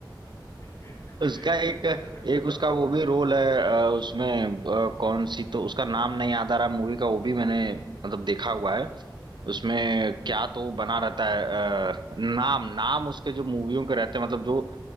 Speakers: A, on the left (about 40°); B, on the right (about 65°).
A: <laughs> अरे
B: उसका
A: भाई
B: एक एक
A: गजब एक्टर
B: उसका
A: था भाई
B: वो भी रोल है अ, उसमें अ, कौन सी तो उसका नाम नहीं याद आ रहा मूवी का वो भी मैंने मतलब देखा हुआ है उसमें क्या तो बना रहता है अ, नाम नाम उसके जो मूवियों के रहते हैं मतलब जो